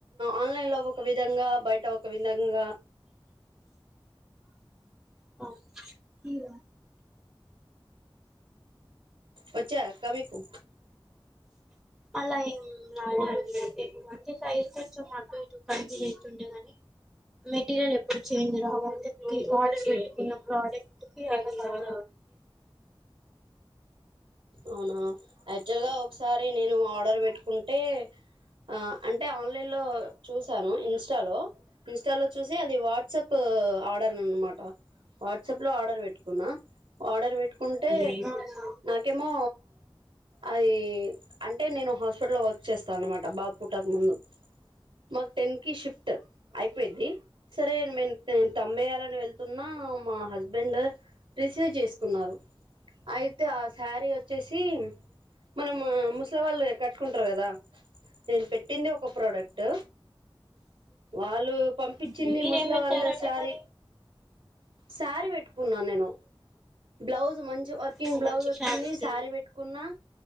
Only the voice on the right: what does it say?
ఆన్లైన్లో ఒక విధంగా బయట విధంగా
వచ్చారా కా మీకు
అవునా యాక్చువల్గా ఒకసారి నేను ఆర్డర్ పెట్టుకుంటే అంటే ఆ అంటే ఆన్లైన్లో చూసాను ఇన్స్టాలో ఇన్స్టాలో చూసి అది వాట్సాప్ ఆర్డర్ అనమాట వాచ్ తుప్పు లో ఆర్డర్ పెట్టుకున్న ఆర్డర్ పెట్టుకుంటే
కేమో అది అంటే నేను హాస్పిటల్లో వర్క్ చేస్తాను అన్నమాట బాబు పుట్టక ముందు మాకు టెన్కి షిఫ్ట్ అయిపోయిద్ది సరే నేను నేను తంబు వెయ్యాలని వెళ్ స్తున్నా మా హస్బెండ్ రిసీవ్ చేసుకున్నారు అయితే ఆస్ సారి వచ్ వచ్చేసి మనం ముసల వాళ్ళు కట్టుకుంటరు కదా నేను పెట్టింది ఒక ప్రోడక్ట్ వాళ్ళు పంపి చింది
ముసల
వాళ్ళ సారీ
సారీ పెట్టుకున్నా నేను బ్లౌజ్ మంచి వర్కింగ్ బ్లౌజ్
వచ్చింది
శారీ పెట్టుకున్నా